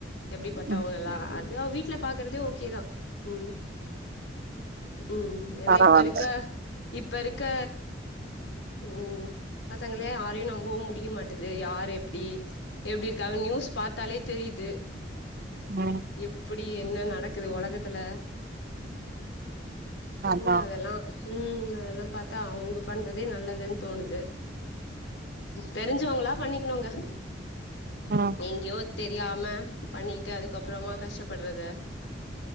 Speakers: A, on the left; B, on the right.
A: எப்டிப்பட்டவங்கல்லா
B: ம்
A: அது அவ வீட்ல பாக்குறதே ஓகேதா ம் ம் ஏனா
B: பரவால்ல
A: இப்ப இருக்க இப்ப இருக்க ம் பசங்களையே யாரையு நம்பவு முடிய மாட்டேங்குது து யாரு எப்டி எப்டி இருக்காங்கன் நியூஸ் பாத்தாலே தெரிது
B: ஆ
A: இப்டி என்ன நடக்குது ஒலகத்துல இங்க
B: அதா
A: அதெல்லா ம் அதெல்லா பாத்தா அவுங்க பண்றதே நல்லதுன்னு தோணுது தெரிஞ்சவங்ளா பண்ணிக்குணுங்க
B: அ
A: எங்கயோ தெரியாம பண்ணிட்டு அதுக்கப்றோமா கஷ்டப்பறத